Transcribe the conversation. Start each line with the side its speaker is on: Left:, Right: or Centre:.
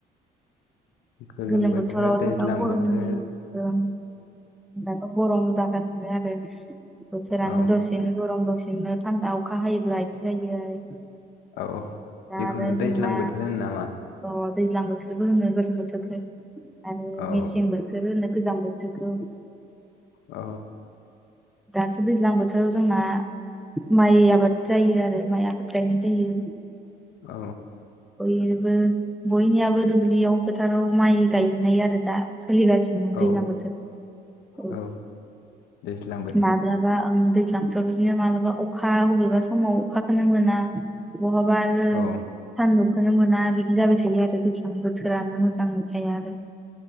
Left: गोलोम
Centre: गलम
Left: बोथोर
Centre: बथरावथ'
Left: दैज्लां
Centre: दा गरम
Left: बोथोर
Centre: ओ दाथ' गरम जागासिनो आरो बोथोरानो
Left: औ
Centre: दसेनो गरम दसे नो थान्दा अखा हायोब्ला इदि जायो आरो।
Left: औ
Centre: दा
Left: बेखौनो
Centre: आरो जोंना
Left: दैज्लां बोथोर होनो नामा?
Centre: अ दैज्लां बोथोरबो होनो गोलोम बोथोरखो आरो
Left: औ
Centre: मेसें बोथोर होनो गोजां बोथोरखौ
Left: औ।
Centre: दाथ' दैज्लां बोथोराव जोंना माइ आबाद जायो आरो माइ आबाद गायनाय जायो।
Left: औ
Centre: बयबो बयनियाबो दुब्लियाव फोथाराव माइ गायनाय आरो दा फोलिगासिनो
Left: औ
Centre: दैज्लां बोथोर
Left: औ दैज्लां बोथोर
Centre: मानोबा आं दै दानाथ' बिदिनो मालाबा अखा बबेबा समाव अखाखौनो मोना बहबा आरो
Left: औ
Centre: सानदुं खोनो मोना बिदि जाबाय थायो आरो दैज्लां बोथोरानो मोजाङै थाया आरो